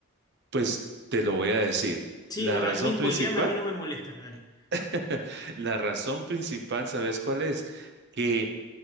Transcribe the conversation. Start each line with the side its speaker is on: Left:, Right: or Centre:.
Right: pues te lo voy a decir.
Left: Sí,
Right: La
Left: no,
Right: razón
Left: a mí spoileame,
Right: principal,
Left: a mí no me molesta, dale.
Right: <laughs> la razón principal, ¿sabes cuál es? Que